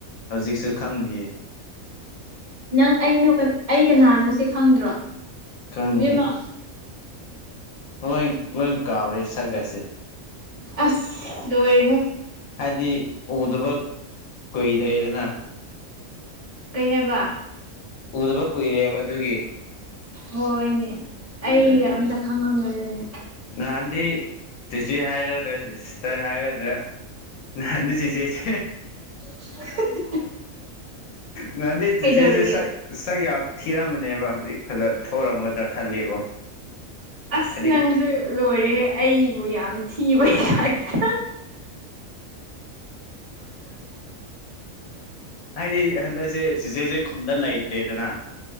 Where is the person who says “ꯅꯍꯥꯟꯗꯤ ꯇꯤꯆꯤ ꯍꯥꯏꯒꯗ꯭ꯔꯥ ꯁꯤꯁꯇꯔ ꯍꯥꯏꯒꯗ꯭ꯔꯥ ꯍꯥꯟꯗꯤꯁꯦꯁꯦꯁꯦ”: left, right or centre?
Left